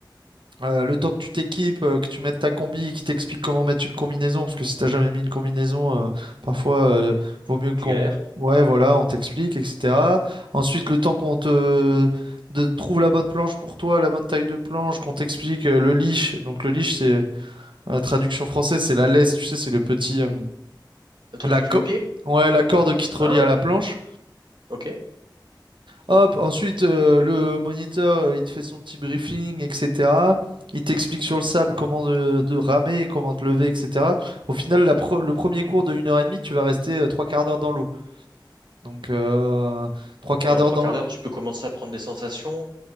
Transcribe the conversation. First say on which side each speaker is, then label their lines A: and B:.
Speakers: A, on the right; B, on the right.
A: euh, le temps que tu t'équipes, euh, que tu mettes ta combi, qui t'explique comment mettre une combinaison, parce que si t'as jamais mis une combinaison, euh, parfois euh, vaut mieux qu'on.
B: tu galères.
A: Ouais, voilà, on t'explique, etc. Ensuite, le temps qu'on te de trouve la bonne planche pour toi, la bonne taille de planche, qu'on t'explique euh, le leash. Donc le leash, c'est la traduction française, c'est la laisse, tu sais, c'est le petit euh,
B: Un truc
A: la
B: que
A: co-
B: tu mets au pied?
A: ouais, la corde qui te relie
B: Hein?
A: à la planche.
B: Ok.
A: Hop, ensuite, euh, le moniteur, euh, il te fait son petit briefing, etc. Il t'explique sur le sable comment de, de ramer, comment te lever, etc. Au final, la pro- le premier cours de une heure et demie tu vas rester euh, trois quarts d'heure dans l'eau. Donc, euh, trois quarts
B: Et en
A: d'heure
B: trois
A: dans
B: quarts
A: l'eau.
B: d'heure, tu peux commencer à prendre des sensations.